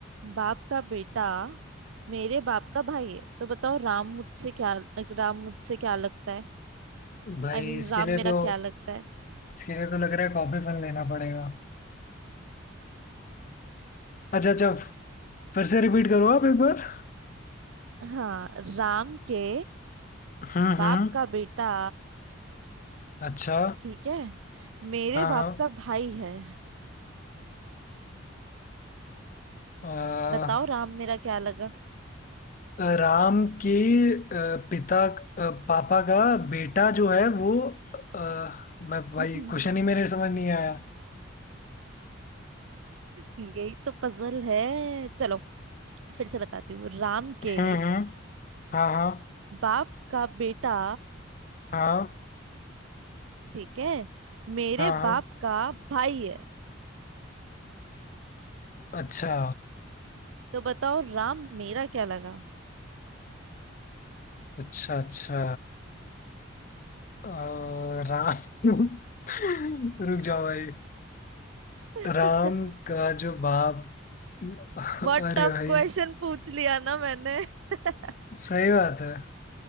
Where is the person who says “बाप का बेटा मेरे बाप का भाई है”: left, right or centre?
Right